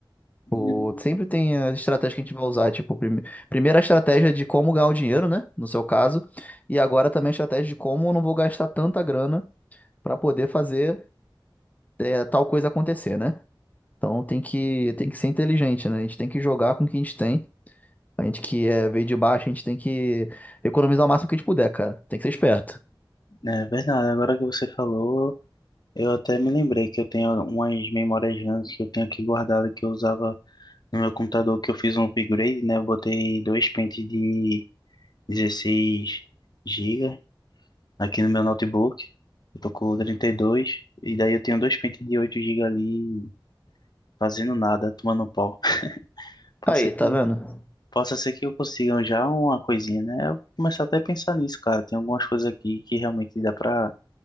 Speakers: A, on the left; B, on the left.
A: Hum,
B: ou Sempre tem as estratégias que a gente vai usar, tipo, prime- primeiro a estratégia de como ganhar o dinheiro, né? No seu caso, e agora também a estratégia de como eu não vou gastar tanta grana para poder fazer é, tal coisa acontecer, né? Então tem que, tem que ser inteligente, né? A gente tem que jogar com o que a gente tem. A gente que é, veio de baixo, a gente tem que economizar o máximo que a gente puder, cara. Tem que ser esperto.
A: É verdade. Agora que você falou, eu até me lembrei que eu tenho umas memórias RAM que eu tenho aqui guardado que eu usava no meu computador, que eu fiz um upgrade, né? Eu botei dois pentes de 16 GB aqui no meu notebook. Eu tô com trinta e dois e daí eu tenho dois pentes de 8 GB ali fazendo nada, tomando pau. <laughs> Possa
B: Aí,
A: ser que,
B: tá vendo?
A: possa ser que eu consiga já uma coisinha, né? Eu começar até a pensar nisso, cara. Tem algumas coisas aqui que realmente dá pra,